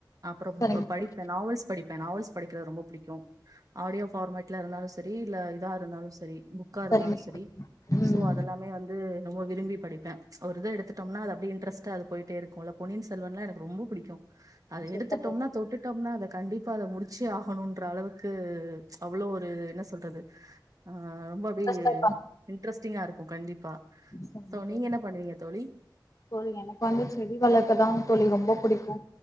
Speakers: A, on the right (about 50°); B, on the left (about 45°).
A: அப்றம்
B: சரிங்க
A: ஒ படிப்பே
B: தோழி.
A: நாவல்ஸ் படிப்பே நாவல்ஸ் படிக்கிறது ரொம்ப புடிக்கு ஆடியோ ஃபார்மேட்ல இருந்தாலு செரி இல்ல இதா இருந்தாலு செரி புக்கா இருந்தாலு
B: சரிங்க
A: செரி
B: தோழி. ம்.
A: சோ அதெல்லாமே வந்து ரொம்ப விரும்பி படிப்பே ம்ச் ஒரு இத எடுத்துட்டோம்னா அத அப்டியே இன்ட்ரெஸ்ட்டா அது போயிட்டே இருக்குல பொன்னியன் செல்வன்லா எனக்கு ரொம்ப புடிக்கு அத
B: சூப்பர்
A: எடுத்துட்டோம்னா
B: தோழி.
A: தொட்டுட்டோம்னா அத கண்டிப்பா அத முடிச்சே ஆகணுன்ற அளவுக்கு ம்ச் அவ்ளோ ஒரு என்ன சொல்றது ஆ ம் பி
B: ஃபர்ஸ்ட் ஆஃப் ஆல்
A: இன்ட்ரெஸ்டிங்கா இருக்கு கண்டிப்பா
B: <inaudible>
A: சோ நீங்க என்ன பண்ணுவீங்க தோழி
B: தோழி எனக்கு வந்து செடி வளர்க்க தா தோழி ரொம் ரொம்ப புடிக்கு